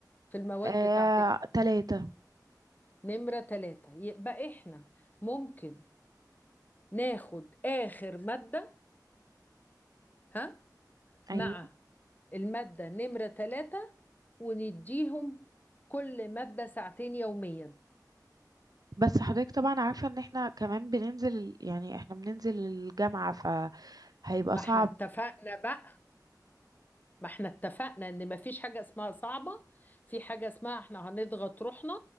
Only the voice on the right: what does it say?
آه
تلاتة
ايوه
بس حضرتك طبعا عارفة ان احنا كمان بننزل ال- يعني احنا بننزل الجامعة فهيبقى
صعب